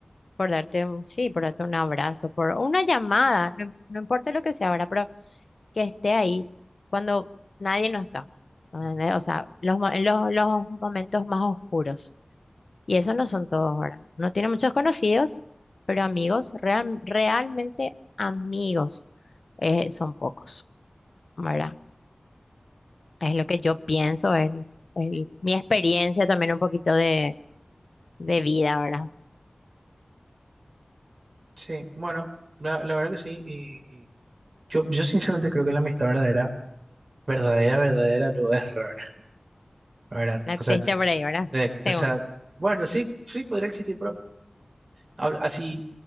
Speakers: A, on the left; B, on the right.
A: por darte un, sí, por darte un abrazo, por una llamada, no, no importa lo que sea, ¿verdad? Pero que esté ahí cuando nadie no está, ¿entendés?
B: Ujú.
A: O sea, los, mo- los, los momentos más oscuros. Y eso no son todos ahora. Uno tiene muchos conocidos, pero amigos, real- realmente amigos, eh, son pocos, ¿verdad? Es lo que yo pienso, es, es mi experiencia también un poquito de, de vida, ¿verdad?
B: Sí, bueno, la, la verdad que sí. Y, y yo, yo sinceramente creo que la amistad verdadera, verdadera, verdadera, lo es rara. ¿verdad?
A: No existe
B: O sea, yo-
A: por ahí, ¿verdad?
B: eh,
A: Según.
B: o sea, bueno, sí, sí podría existir, pero habla- así